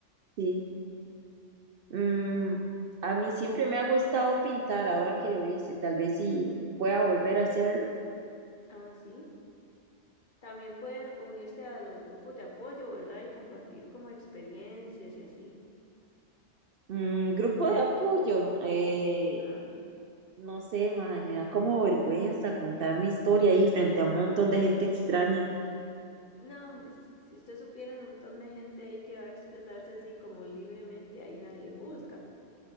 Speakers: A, on the right; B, on the left.
A: Sí. Mm, a mí siempre me ha gustado pintar, ahora que lo hice, tal vez sí pueda volver a hacerlo.
B: Ah, sí. También pueden unirse a los grupos de apoyo, ¿verdad? Y compartir como experiencias y así.
A: Mm, grupo de apoyo, eh,
B: Ah.
A: no sé, mae, me da como vergüenza contar mi historia ahí frente a un montón de gente extraña.
B: No, hombre, s- si usted supiera el montón de gente ahí que va a expresarse así como libremente, ahí nadie juzga.